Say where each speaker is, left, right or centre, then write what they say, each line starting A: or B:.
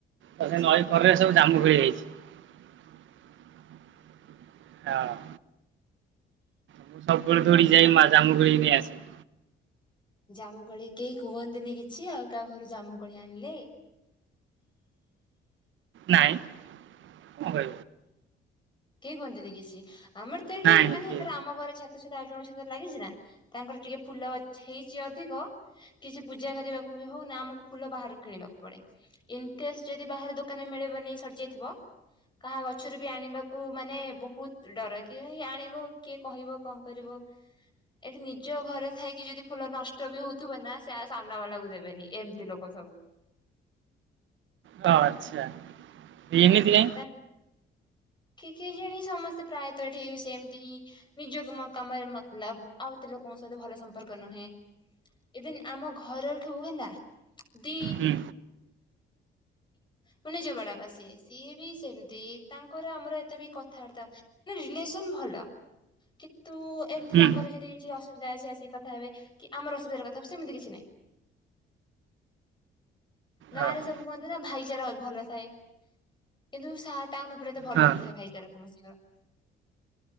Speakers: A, on the left; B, on the right.
A: ଆଚ୍ଛା।
B: ତ ସେ ନଈ କରରେ ସବୁ ଜାମୁକୋଳି ହେଇଛି ହଁ। ମୁଁ ସବୁବେଳେ
A: ଭଲ
B: ଧୋଉଡ଼ି ଯାଇ ମା ଜାମୁକୋଳି ନେଇ ଆସେ।
A: ଜାମୁକୋଳି କେହି କୁହନ୍ତିନି କିଛି ଆଉ କାହା ଘରୁ ଜାମୁକୋଳି ଆଣିଲେ?
B: ନାଇଁ କଣ କହିବ?
A: କେହି କୁହନ୍ତିନି କିଛି ଆମର ତ ଏଠି
B: ନାଇଁ
A: ମାନେ
B: କିଏ
A: ଧର ଆମ ଘର ଛା ଗଛ ଟା ଆଉ ଜଣଙ୍କ ଛାତରେ ଲାଗିଛି ନା ତାଙ୍କର ଟିକେ ଫୁଲ ଗଛ ହେଇଛି ଅଧିକ କିଛି ପୂଜା କରିବାକୁ ବି ହଉ ନା ଆମକୁ ଫୁଲ ବାହାରୁ କିଣିବାକୁ ପଡ଼େ। ଇନ କେସ୍ ଯଦି ବାହାରେ ଦୋକାନରେ ମିଳିବନି ସଡିଯାଇଥିବ କାହା ଗଛରୁ ବି ଆଣିବା କୁ ମାନେ ବହୁତ ଡର କିଏ <unintelligible> ଆଣିବ କିଏ କହିବ କଣ କରିବ? ଏଠି ନିଜ ଘରେ ଥାଇକି ଯଦି ଫୁଲ ନଷ୍ଟ ବି ହଉଥିବ ନା ସେ ସାମ୍ନା ବାଲାକୁ ଦେବେନି ଏମିତି ଲୋକ ସବୁ।
B: ତ ଆଚ୍ଛା ଏମିତି କାଇଁ।
A: ତା କି କେଜାଣି ସମସ୍ତେ ପ୍ରାୟତଃ ଏଠି ସେମିତି ହିଁ। ନିଜ କା କାମରେ ମତଲବ ଆଉ ଏତେ ଲୋକଙ୍କ ସହିତ ଭଲ ସମ୍ପର୍କ ନୁହେଁ।। ଇଭନ୍ ଆମ ଘରଠୁ ହେଲା ଦି
B: ହୁଁ।
A: ମୋ ନିଜ ବଡବାପା ସିଏ ସିଏ ବି ସେମିତି ତାଙ୍କର ଆମର ଏତେ ବି କଥାବାର୍ତ୍ତା ନା ରିଲେସନ ଭଲ କିନ୍ତୁ ଏମିତି
B: ହୁଁ
A: ତାଙ୍କର ଯଦି କିଛି ଅସୁବିଧା ସେ ଆସିକି କଥା ହେବେ କି ଆମଟ ଅସୁବିଧା କଥା ହେବେ ସେମିତି କିଛି ନାହିଁ। ଗାଁ
B: ଓହୋ
A: ରେ ସବୁ କୁହନ୍ତି ନା ଭାଇଚାରା ଭଲ ଥାଏ କିନ୍ତୁ ସା ଟାଉନ୍ ଉପରେ ତ ଭଲ
B: ହଁ
A: ନଥାଏ ଭାଇଚାରା ସମସ୍ତଙ୍କର।